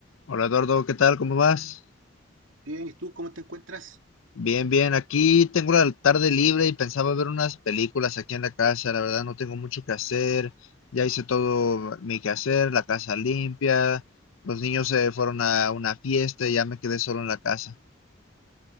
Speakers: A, on the left; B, on the right.
A: Hola Eduardo, ¿qué tal? ¿Cómo vas?
B: Bien, ¿y tú cómo te encuentras?
A: Bien, bien. Aquí tengo la tarde libre y pensaba ver unas películas aquí en la casa. La verdad no tengo mucho que hacer. Ya hice todo mi quehacer, la casa limpia. Los niños se fueron a una fiesta y ya me quedé solo en la casa.